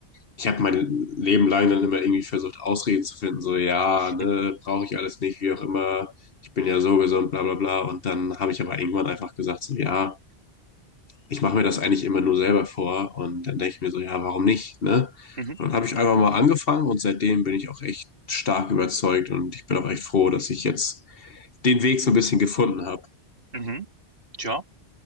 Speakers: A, on the left; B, on the right.
A: ich habe mein Leben lang dann immer irgendwie versucht, Ausreden zu finden, so ja, ne,
B: Mhm.
A: brauche ich alles nicht, wie auch immer, ich bin ja so gesund, bla bla bla. Und dann habe ich aber irgendwann einfach gesagt, so ja, ich mache mir das eigentlich immer nur selber vor. Und dann denke ich mir so, ja, warum nicht, ne?
B: Mhm.
A: Und dann habe ich einfach mal angefangen und seitdem bin ich auch echt stark überzeugt und ich bin auch echt froh, dass ich jetzt den Weg so ein bisschen gefunden habe.
B: Mhm. Ja,